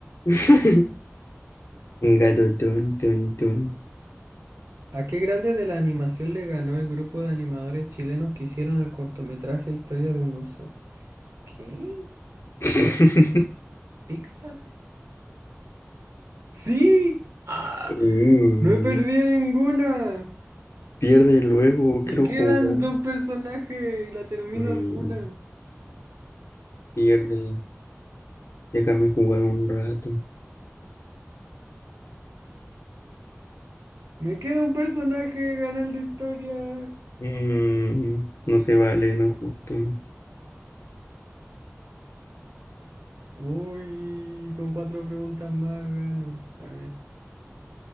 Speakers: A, on the left; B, on the right.
A: <laughs> gato don, don, don.
B: ¿A qué grande de la animación le ganó el grupo de animadores chilenos que hicieron el cortometraje Historia de un oso? ¿Qué?
A: <laughs>
B: ¿Pixar? ¡Sí! ¡Ah!
A: Mm,
B: ¡No he perdido ninguna!
A: pierde luego, quiero
B: Me quedan
A: jugar.
B: dos personajes y la termino
A: Mm,
B: de una.
A: pierde, déjame jugar un rato.
B: Me queda un personaje, gana el de historia.
A: Mm, no se vale, no es justo.
B: Uy, con cuatro preguntas más gano. A ver,